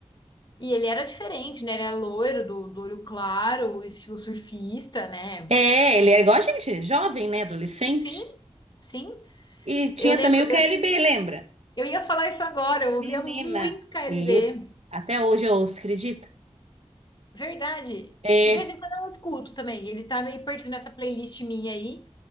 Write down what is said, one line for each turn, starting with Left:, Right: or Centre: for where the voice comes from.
Left: E ele era diferente, né? Ele era loiro, do, do olho claro, estilo surfista, né?
Right: É, ele é igual a gente, jovem, né? Adolescente.
Left: Sim, sim.
Right: E tinha
Left: Eu lembro,
Right: também o KLB,
Left: eu,
Right: lembra?
Left: eu ia falar isso agora, eu ouvia
Right: Menina.
Left: muito KLB.
Right: Isso. Até hoje eu ouço, acredita?
Left: Verdade.
Right: É.
Left: De vez em quando eu escuto também. Ele tá meio perdido nessa playlist minha aí.